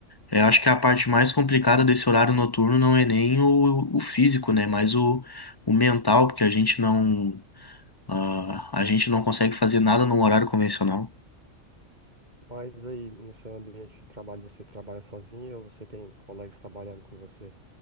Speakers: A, on the left; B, on the right.
A: eu acho que a parte mais complicada desse horário noturno não é nem o, o físico, né, mas o, o mental, porque a gente não, ah, a gente não consegue fazer nada num horário convencional.
B: Mas aí, no seu ambiente de trabalho, você trabalha sozinho ou você tem colegas trabalhando com você?